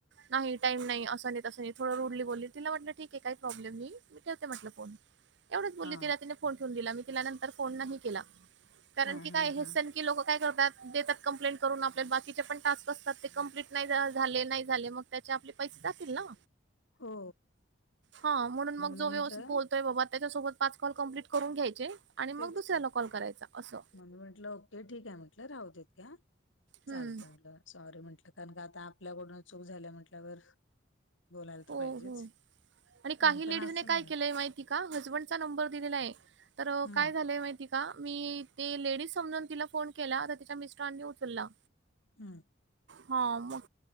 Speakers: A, on the right; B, on the left.
A: नाही टाईम नाही, असं नाही, तसं नाही, थोडं रुडली बोलली तिला म्हटलं ठीक आहे काही प्रॉब्लेम नाही मी ठेवते म्हटलं फोन. एवढच बोलली
B: हा
A: तिला तिने फोन ठेवून दिला, मी तिला नंतर फोन नाही कारण
B: हा
A: की
B: हा
A: काय
B: हा
A: हे से टी लोकं काय करतात देतात कंप्लेंट करून आपल्याला बाकीच्या पण टास्क असतात ते कंप्लीट नाही झाले, नाही झाले मग त्याचे आपले पैसे जातील ना.
B: हो
A: हा म्हणून मग जो
B: मी म्हंटलं
A: व्यवस्थित बोल तोय बाबा त्यांच्यासोबत पाच कॉल कंम्प्लीट करून घ्यायचे, आणि मग
B: तेच
A: दुसऱ्याला
B: की,
A: कॉल करायचा असं
B: मग मी म्हंटलं. ठीक आहे म्हंटलं राहत इतके चालत
A: हम्म
B: म्हटलं. सॉरी म्हटलं, कारण का आता आपल्याकडून चूक झाली म्हटल्यावर. बोलायला तर
A: हो-
B: पाहिजेच
A: हो, आणि
B: हं,
A: काही
B: पण
A: लेडीजने
B: असं
A: काय
B: नाही
A: केलंय माहिती <unintelligible> हजबंडचा नंबर दिलेला आहे तर
B: हम्म
A: काय झालंय माहि ती का मी, ते लेडीज समजून तिला फोन केला तर तिच्या मिस्टरांनी उचलला.
B: हम्म.
A: हा मग,